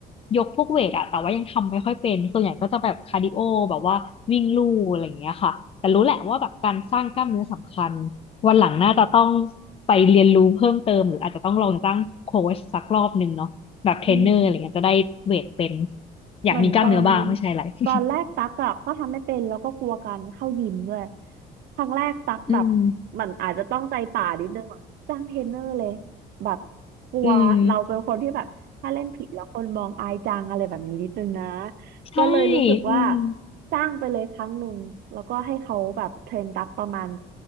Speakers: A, on the left; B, on the right.
A: ยกพวกเวทอะแต่ว่ายังทำไม่ค่อยเป็น ส่วนใหญ่ก็จะแบบคาร์ดิโอแบบว่าวิ่งลู่อะไรอย่างเงี้ยค่ะ แต่รู้แหละว่าแบบการสร้างกล้ามเนื้อสำคัญ วันหลังน่าจะต้องไปเรียนรู้เพิ่มเติมหรืออาจจะต้องลองจ้างโค้ชสักรอบหนึ่งเนาะแบบเทรนเนอร์อะไรเงี้ยจะได้เวทเป็น
B: อืม
A: อยากมีกล้ามเนื้อบ้างไม่ใช่อะไร
B: เหมือนตอน
A: <laughs>
B: ตอนแรกตักอะก็ทำไม่เป็นแล้วก็กลัวการเข้ายิมด้วยครั้งแรกตักแบบเหมันอาจจะต้องใจป่านิดนึงอะจ้างเทรนเนอร์เลย
A: อืม
B: แบบกลัวเราเป็นคนที่แบบถ้าเล่นผิดแล้วคนมองอายจังอะไรแบบนี้นิดนึงนะ
A: อืม ใช่
B: ก็เลยรู้สึกว่า
A: อืม
B: จ้างไปเลยครั้งหนึ่งแล้วก็ให้เขาแบบเทรนตักประมาณ